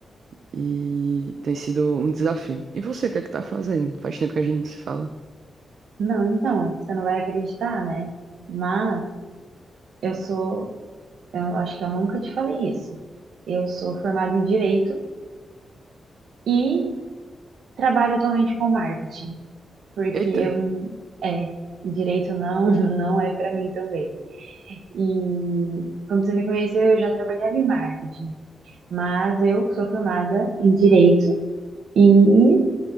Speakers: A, on the right; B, on the right.
A: E tem sido um desafio. E você, o que é que tá fazendo? Faz tempo que a gente não se fala.
B: Não, então, você não vai acreditar, né? Mas eu sou, eu acho que eu nunca te falei isso. Eu sou formada em Direito e trabalho atualmente com marketing, porque
A: Eita,
B: eu, é, Direito não, <laughs> não é para mim também. E quando você me conheceu, eu já trabalhava em marketing. Mas eu sou formada em Direito e